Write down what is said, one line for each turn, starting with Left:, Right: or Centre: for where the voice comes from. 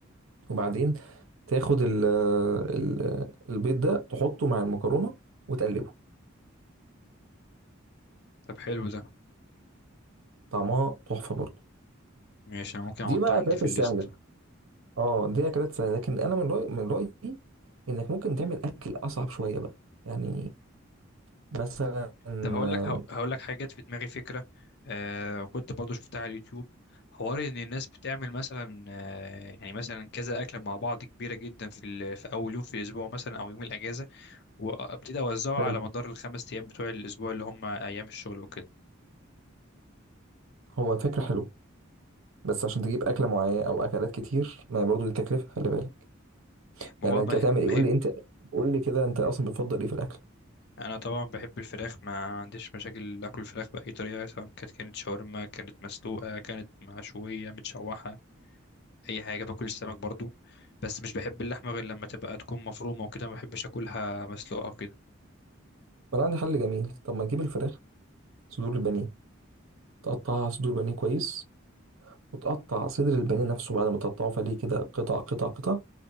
Right: وبعدين تاخد ال ال البيض ده تحطه مع المكرونه وتقلبه
Left: طب حلو ده
Right: طعمها تحفه برضه
Left: ماشي انا ممكن
Right: دي
Left: احطه
Right: بقى
Left: عندي
Right: اكلات
Left: في
Right: السهله
Left: الليست
Right: اه دي اكلات سهله لكن انا من رايي من رايي انك ممكن تعمل اكل اصعب شويه بقى يعني مثلا آم،
Left: طب هقول لك هقول لك حاجه جت في دماغي فكره آه كنت برضو شفتها على اليوتيوب حوار ان الناس بتعمل مثلا آه يعني مثلا كذا اكله مع بعض كبيره جدا في ال- في اول يوم في الاسبوع مثلا او يوم الاجازه وابتدي اوزعه
Right: حلو
Left: على مدار الخمس ايام بتوع الاسبوع اللي هم ايام الشغل وكده
Right: هو فكره حلوه بس عشان تجيب اكله معينه او اكلات كتير ما هي برضه دي تكلفه خلي بالك
Left: ما
Right: يعني
Left: هو ما
Right: هتعمل
Left: ما
Right: ايه قول
Left: هي
Right: لي انت قول لي كده انت اصلا بتفضل ايه في الاكل
Left: انا طبعا بحب الفراخ ما عنديش مشاكل اكل الفراخ باي طريقه سواء كانت كانت شاورما كانت مسلوقه كانت مشويه متشوحه اي حاجه باكل السمك برضو بس مش بحب اللحمه غير لما تبقى تكون مفرومه وكده ما بحبش اكلها مسلوقه وكده
Right: ما انا عندي حل جميل طب ما تجيب الفراخ صدور البانيه تقطعها صدور بانيه كويس وتقطع صدر البانيه نفسه بعد ما تقطعه فليه كده قطع قطع قطع